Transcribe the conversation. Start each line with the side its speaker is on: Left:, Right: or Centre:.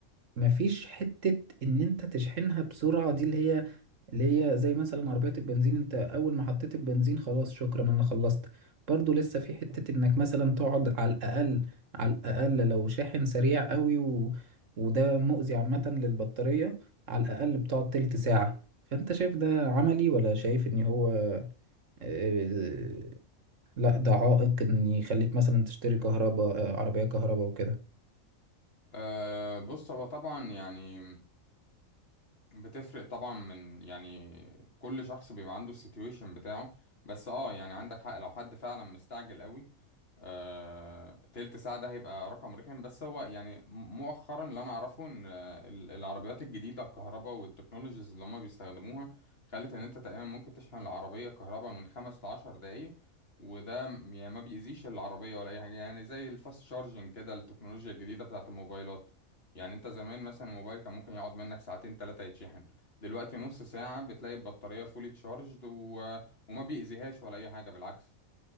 Right: مفيش حتة ان انت تشحنها بسرعة دي اللي هي اللي هي زي مثلا عربية البنزين انت اول ما حطيت البنزين خلاص شكرا انا خلصت برضو لسه في حتة انك مثلا تقعد على الاقل على الاقل لو شاحن سريع قوي و... وده مؤذي عامة للبطارية على الاقل بتقعد تلت ساعة فانت شايف ده عملي ولا شايف ان هو آه، آه، لا ده عائق ان يخليك مثلا تشتري كهرباء آه، عربية كهرباء وكده
Left: آه، بص هو طبعا يعني بتفرق طبعا من يعني كل شخص بيبقى عنده السيتويشن بتاعه بس اه يعني عندك حق لو حد فعلا مستعجل قوي آه، تلت ساعة ده هيبقى رقم رخم بس هو يعني م- مؤخرا اللي أنا أعرفه إن آه، ال- العربيات الجديدة الكهرباء والتكنولوجيز اللي هما بيستخدموها خلت إن أنت تقريبا ممكن تشحن العربية كهرباء من خمس لعشر دقايق وده م- يعني ما بيأذيش العربية ولا أي حاجة يعني زي الفاست شارجنج كده التكنولوجيا الجديدة بتاعة الموبايلات يعني أنت زمان مثلا الموبايل كان ممكن يقعد منك ساعتين تلاتة يتشحن دلوقتي نص ساعة بتلاقي البطارية فولي تشارجد و... وما بيأذيهاش ولا أي حاجة بالعكس